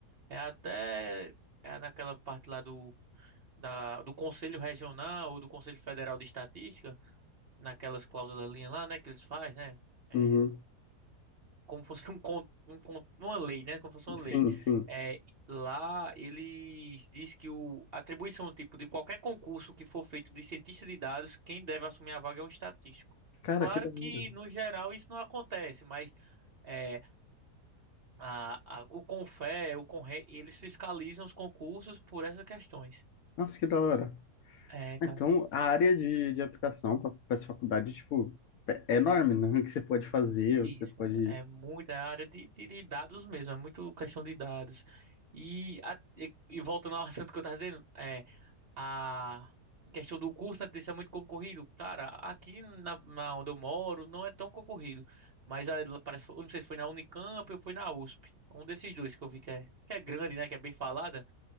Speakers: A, on the right; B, on the left.
A: É até é naquela parte lá do da- do Conselho Regional ou do Conselho Federal de Estatística, naquelas cláusulas linha lá, né, que eles fazem, né? É,
B: Uhum.
A: como fosse um, con- um con- uma lei, né? Como fosse uma
B: Sim,
A: lei.
B: sim.
A: É, lá eles diz que o a atribuição tipo de qualquer concurso que for feito de cientista de dados, quem deve assumir a vaga é um estatístico.
B: Cara,
A: Claro
B: que da hora.
A: que no geral isso não acontece, mas é, a, a, o Confe, o Conre, eles fiscalizam os concursos por essas questões.
B: Nossa, que da hora.
A: É,
B: Então, a área de, de aplicação para essa faculdade, tipo, é é enorme, né? O que você pode fazer,
A: Isso,
B: o que você pode...
A: é muito, é a área de, de, de dados mesmo, é muito questão de dados. E, a- e, e voltando ao <laughs> assunto que eu estava dizendo, é, a questão do curso, né, isso é muito concorrido. Cara, aqui na, na onde eu moro não é tão concorrido, mas a, parece, eu não sei se foi na Unicamp ou foi na USP, um desses dois que eu vi que é, que é grande, né, que é bem falada,